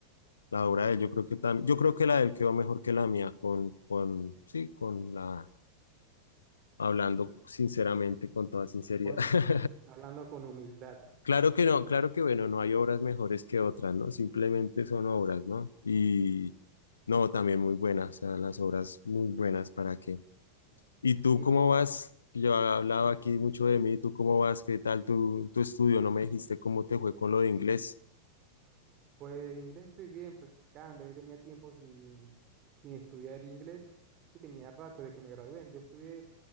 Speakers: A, on the left; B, on the right.
A: la obra de él, yo creo que tam- yo creo que la de él quedó mejor que la mía con, con, sí, con la hablando sinceramente, con toda sinceridad.
B: con
A: <laughs>
B: hablando con humildad.
A: Claro que no, claro que bueno, no hay obras mejores que otras, ¿no? Simplemente son obras, ¿no? Y no, también muy buenas, o sea, las obras muy buenas, ¿para qué? ¿Y tú
B: Tipo,
A: cómo vas?
B: eh,
A: Yo he hablado
B: ¿cómo?
A: aquí mucho de mí, ¿tú cómo vas? ¿Qué tal tu, tu estudio? ¿No me dijiste cómo te fue con lo de inglés?
B: Pues inglés estoy bien practicando. Yo tenía tiempo sin, sin estudiar inglés. Sí, tenía rato desde que me gradué. Yo estudié,